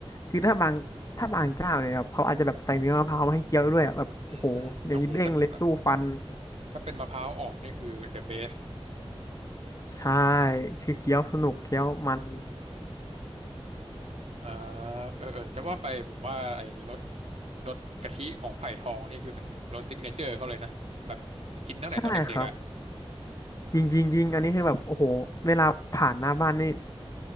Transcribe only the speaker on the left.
คือถ้าบางถ้าบางเจ้าเนี่ยแบบเขาอาจจะแบบใส่เนื้อมะพร้าวมาให้เคี้ยวด้วยอะแบบโอ้โหอย่างนี้เด้งเลยสู้ฟัน
ใช่คือเคี้ยวสนุกเคี้ยวมัน
ใช่ครับจริงจริงจริงอันนี้คือแบบโอ้โหเวลาผ่านหน้าบ้านนี่